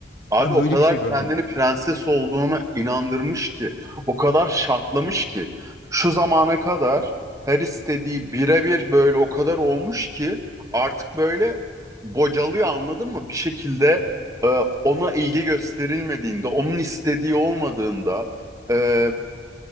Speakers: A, on the right; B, on the left.
A: Abi
B: Ben
A: o
B: böyle
A: kadar
B: bir şey görmedim.
A: kendini prenses olduğuna inandırmış ki, o kadar şartlamış ki, şu zamana kadar her istediği birebir böyle o kadar olmuş ki artık böyle bocalıyor anladın mı? Bir şekilde e, ona ilgi gösterilmediğinde, onun istediği olmadığında, e,